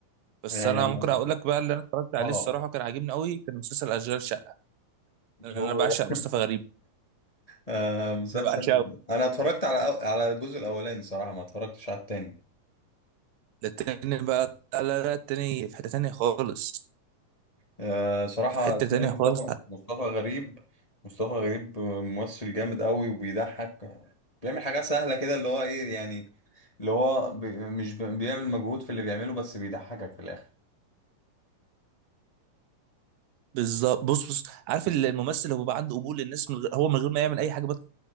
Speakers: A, on the right; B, on the left.
A: بس
B: يعني
A: انا ممكن
B: أنا-
A: اقول لك بقى اللي انا اتفرجت عليه
B: اه
A: الصراحه كان عاجبني قوي كان مسلسل اشغال شقه لأن
B: هو
A: انا بعشق
B: <laughs>
A: مصطفى غريب
B: آه مسلسل
A: انا بعشقه
B: انا اتفرجت على على الجزء الاولاني صراحه ما اتفرجتش على التاني
A: ده التاني بقى لا لا لا، التاني في حته تانيه خالص
B: آه صراحه
A: في حته
B: اسمه
A: تانيه
B: ايه مصطفى
A: خالص
B: مصطفى غريب مصطفى غريب ممثل جامد قوي وبيضحك بيعمل حاجات سهله كده اللي هو ايه يعني اللي هو بي مش بي- بيعمل مجهود في اللي بيعمله بس بيضحكك في الاخر
A: بالظبط بص بص عارف ال- الممثل اللي هو بقى عنده قبول للناس من غير هو من غير ما يعمل اي حاجه بت-